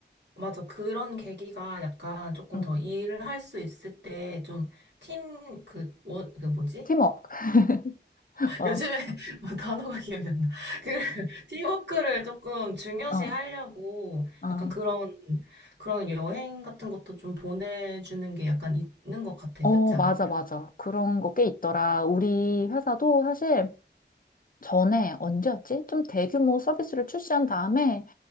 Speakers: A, on the right; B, on the left.
A: 맞아. 그런 계기가 약간 조금
B: 음,
A: 더 일을 할 수 있을 때 좀 팀, 그, 워, 그 뭐지?
B: 팀워크. <laughs> 어,
A: 요즘에 <laughs> 뭐 단어가 기억이 안 나. 그 <laughs> 팀워크를 조금 중요시
B: 어,
A: 하려고
B: 어.
A: 약간 그런 그런 여행 같은 것도 좀 보내주는 게 약간 있는 것 같아.
B: 어,
A: 그렇지
B: 맞아,
A: 않아?
B: 맞아. 그런 거 꽤 있더라. 우리 회사도 사실 전에 언제였지? 좀 대규모 서비스를 출시한 다음에